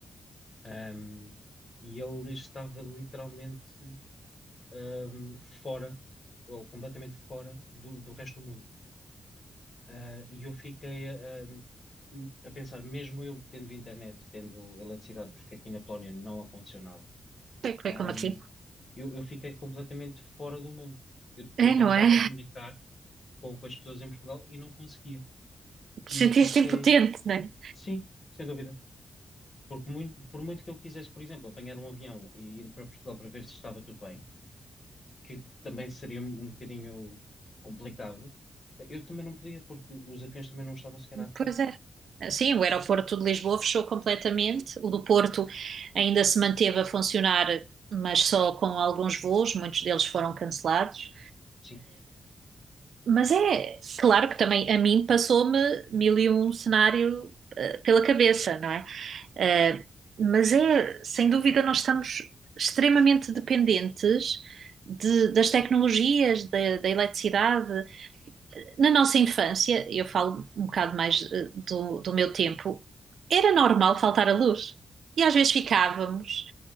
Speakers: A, on the left; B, on the right.
A: Ahm, e ele estava literalmente ahm, fora, ou completamente fora do, do resto do mundo. Ah, e eu fiquei a, a- a pensar, mesmo eu tendo internet, tendo eletricidade, porque aqui na Polónia não aconteceu nada,
B: Foi, foi
A: ahm,
B: como aqui.
A: eu, eu fiquei completamente fora do mundo. Eu,
B: É,
A: eu tentava
B: não é?
A: comunicar com, com as pessoas em Portugal e não conseguia.
B: Te
A: E
B: sentiste
A: fiquei,
B: impotente, não é?
A: sim, sem dúvida. Porque mui- por muito que eu quisesse, por exemplo, apanhar um avião e ir para Portugal para ver se estava tudo bem, que também seria um um bocadinho complicado. Eu também não podia, porque os aviões também não estavam sequer a aterrar.
B: Pois é. Sim, o aeroporto de Lisboa fechou completamente. O do Porto ainda se manteve a funcionar, mas só com alguns voos, muitos deles foram cancelados.
A: Sim,
B: Mas é claro que também a mim passou-me mil e um cenário eh, pela cabeça, não é? Eh, mas é, sem dúvida, nós estamos extremamente dependentes de- das tecnologias, da, da eletricidade. Na nossa infância, eu falo um bocado mais eh, do, do meu tempo, era normal faltar a luz. E às vezes ficávamos